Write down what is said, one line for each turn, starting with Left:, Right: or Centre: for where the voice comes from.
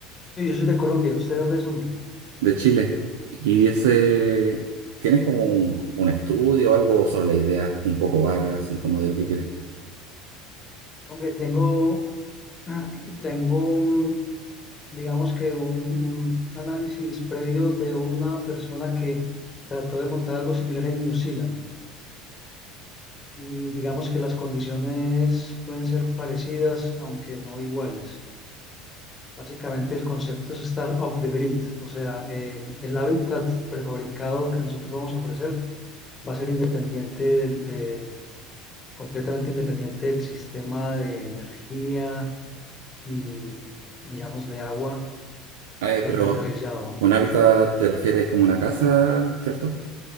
Left: Sí, Yo soy de Colombia, ¿usted dónde es, hombre?
Right: De Chile. ¿Y ese, tienes como un, un estudio, algo sobre la idea un poco vaga, así como de lo que quieres?
Left: Hombre, tengo, <clears throat> tengo, mm, digamos que un, un análisis previo de una persona que trató de montar algo similar en New Zealand. Y digamos que las condiciones pueden ser parecidas, aunque no iguales. Básicamente el concepto es estar off the grid, o sea, el, el hábitat prefabricado que nosotros vamos a ofrecer va a ser independiente del- de, completamente independiente del sistema de energía y, digamos, de agua
Right: Ah, eh,
Left: y
Right: pero
Left: alcantarillado.
Right: un hábitat te refieres como una casa, ¿cierto?